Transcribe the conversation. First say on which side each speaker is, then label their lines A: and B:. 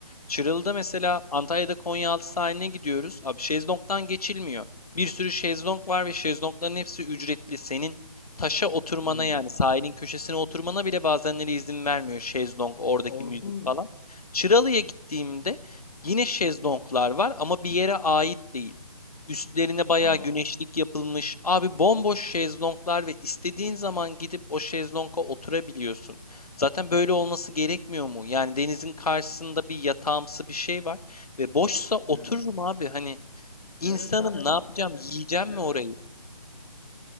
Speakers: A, on the left (about 75°); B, on the left (about 40°).
A: Çıralı'da mesela Antalya'da Konyaaltı sahiline gidiyoruz. Abi şezlongdan geçilmiyor. Bir sürü şezlong var ve şezlongların hepsi ücretli. Senin taşa oturmana
B: Hmm.
A: yani sahilin köşesine oturmana bile bazenleri izin vermiyor şezlong, oradaki
B: Korkunç.
A: müzik falan. Çıralı'ya gittiğimde yine şezlonglar var ama bir yere ait değil. Üstlerine bayağı
B: Aa,
A: güneşlik yapılmış. Abi bomboş şezlonglar ve istediğin zaman gidip o şezlonga oturabiliyorsun. Zaten böyle olması gerekmiyor mu? Yani denizin karşısında bir yatağımsı bir şey var ve boşsa otururum
B: evet.
A: abi. Hani insanım
B: Evet zaten
A: ne yapacağım?
B: evet.
A: Yiyeceğim
B: Evet.
A: mi orayı?